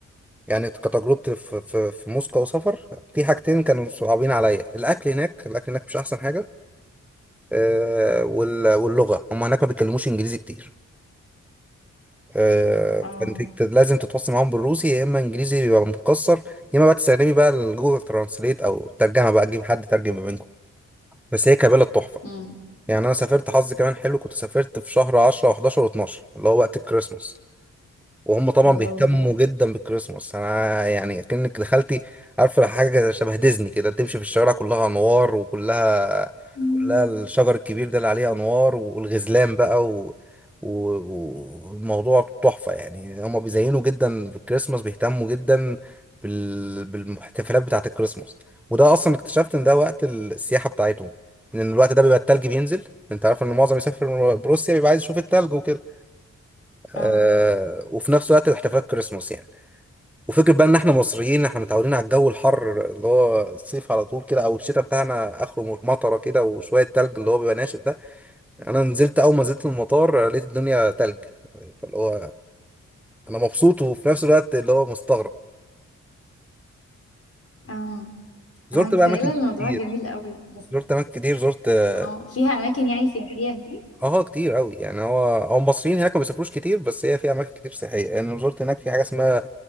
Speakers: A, in the centre; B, on the left.
A: يعني كتجربتي في في في موسكو وسفر في حاجتين كانوا صعبين عليا الاكل هناك الاكل هناك مش احسن حاجه آه وال- واللغه هم هناك ما بيتكلموش انجليزي كتير آه
B: اه
A: فانت ت- لازم تتواصل معاهم بالروسي يا اما انجليزي بيبقى متكسر يا اما بقى تستخدمي بقى الجوجل ترانسليت او الترجمه بقى تجيب حد ترجم ما بينكم بس هي كبلد تحفه
B: امم
A: يعني انا سافرت حظي كمان حلو كنت سافرت في شهر 10 و11 و12 اللي هو وقت الكريسماس وهم طبعا
B: الله
A: بيهتموا
B: بجد
A: جدا بالكريسماس انا يعني كأنك دخلتي عارفه حاجه شبه ديزني كده تمشي في الشوارع كلها انوار وكلها
B: مم.
A: كلها الشجر الكبير ده اللي عليه انوار والغزلان بقى و... و... والموضوع تحفه يعني هم بيزينوا جدا بالكريسماس بيهتموا جدا بال... بالاحتفالات بتاعه الكريسماس وده اصلا اكتشفت ان ده وقت السياحه بتاعتهم ان الوقت ده بيبقى التلج بينزل انت عارف ان معظم يسافر بروسيا بيبقى عايز يشوف التلج وكده
B: اه
A: آه وفي نفس الوقت احتفالات كريسماس يعني وفكرة بقى ان احنا مصريين احنا متعودين على الجو الحر اللي هو الصيف على طول كده او الشتاء بتاعنا اخره مطره كده وشوية تلج اللي هو بيبقى ناشف ده انا نزلت اول ما نزلت المطار لقيت الدنيا تلج فاللي هو انا مبسوط وفي نفس الوقت اللي هو مستغرب
B: اه
A: زرت
B: انا متخيله
A: بقى اماكن
B: الموضوع
A: كتير
B: جميل قوي بس
A: زرت اماكن كتير زرت اه
B: اه فيها اماكن يعني سياحيه هناك
A: آه، كتير قوي يعني هو هو المصريين هناك ما بيسافروش كتير بس هي في اماكن كتير سياحيه يعني أنا زرت هناك في حاجه اسمها